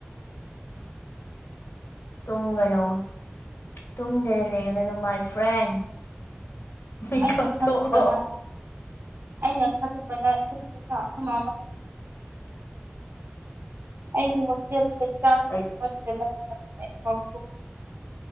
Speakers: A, on the left (about 80°); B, on the right (about 75°).
A: ꯇꯨꯝꯒꯅꯨ ꯇꯨꯝꯗꯅ ꯂꯩꯔꯒꯅꯨ ꯃꯥꯏ ꯐ꯭ꯔꯦꯟ ꯃꯤꯀꯞ
B: ꯑꯩꯅ ꯈꯜꯂꯨꯕꯅ
A: ꯊꯣꯛꯔꯣ
B: ꯑꯩꯅ ꯈꯜꯂꯨꯕꯅ ꯌꯨꯝꯗ ꯑꯈꯣꯏꯃꯥꯅ <unintelligible> <unintelligible>
A: ꯀꯩ
B: <unintelligible>